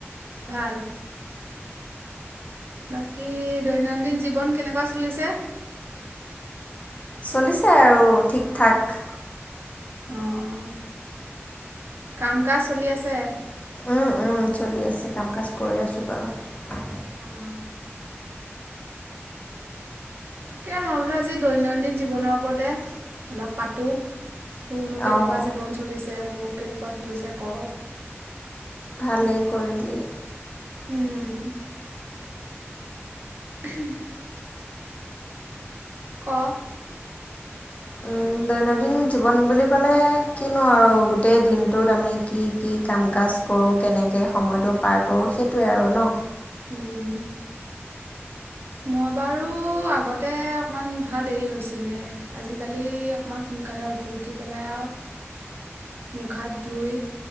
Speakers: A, on the right; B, on the left.
A: বল বাকী দৈনন্দিন জীৱন কেনেকুৱা চলিছে।
B: চলিছে আৰু ঠিক ঠাক
A: অঁ কাম কাজ চলি আছে।
B: উম উম চলি আছে কাম কাজ কৰি আছোঁ বাৰু
A: অঁ তাকে মই বোলো আজি দৈনন্দিন জীৱনৰ ওপৰতে অলপ পাতোঁ তোৰনো কেনেকুৱা
B: অঁ
A: জীৱন চলিছে মোৰ কেনেকু কা চলিছে কওঁ
B: ভালে কৰিলি
A: উম হম ক
B: উ দৈনন্দিন জীৱন বুলি ক'লে কিনো আৰু গোটেই দিনটোত আমি কি কি কাম কাজ কৰো কেনেকে সময়টো পাৰ কৰোঁ সেইটোৱে আৰু ন
A: উম মই বাৰু আগতে অকণমান উঠা দেৰি হৈছিলে আজিকালি অকণমান সোনকালে উঠো উঠি পেলাই আৰু মুখ হাত ধুই